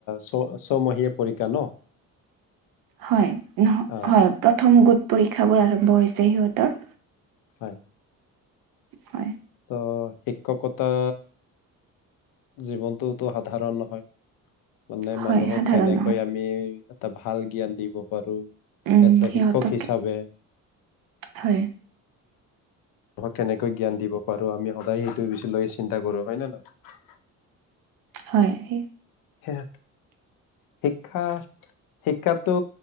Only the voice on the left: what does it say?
ছ ছমহীয়া পৰীক্ষা ন।
অ
হয়।
ত শিক্ষকতা। জীৱনটোতো সাধাৰণ নহয়। মানে
মানুহক
কেনেকৈ
আমি। এটা ভাল জ্ঞান দিব পাৰো।
আছে
শিক্ষক হিচাপে।
কেনেকৈ জ্ঞান দিব পাৰো আমি সদায় সেইটো বিষয়কে চিন্তা কৰো হয় নে ন।
সেই। শিক্ষা, শিক্ষাটো